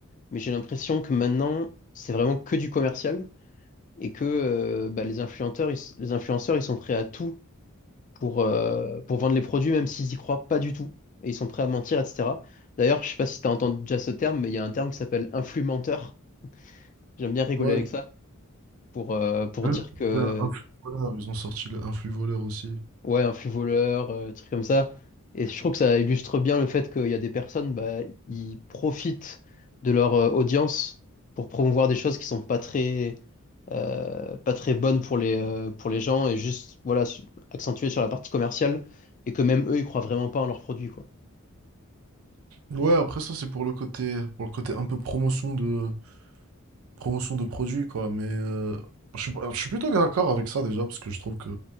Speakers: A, on the left (about 35°); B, on the right (about 70°).
A: mais j'ai l'impression que maintenant c'est vraiment que du commercial et que euh, bah, les influenceurs, ils, s- les influenceurs ils sont prêts à tout pour, euh, pour vendre les produits, même s'ils y croient pas du tout, et ils sont prêts à mentir, etc. D'ailleurs, je sais pas si t'as entendu déjà ce terme, mais il y a un terme qui s'appelle influmenteur J'aime bien rigoler
B: Ouais,
A: avec ça pour, euh, pour
B: Ouais,
A: dire que,
B: euh, Un flux voleur, ils ont sorti le- un flux voleur aussi.
A: ouais, un flux voleur, euh, truc comme ça. Et je trouve que ça illustre bien le fait qu'il y a des personnes, bah, ils profitent de leur euh, audience pour promouvoir des choses qui sont pas très, euh, pas très bonne pour les, euh, pour les gens et juste voilà, su- accentuée sur la partie commerciale et que même eux, ils croient vraiment pas en leurs produits, quoi.
B: Ouais, après ça c'est pour le côté pour le côté un peu promotion de promotion de produits quoi, mais euh, je suis, pas- je suis plutôt d'accord avec ça déjà parce que je trouve que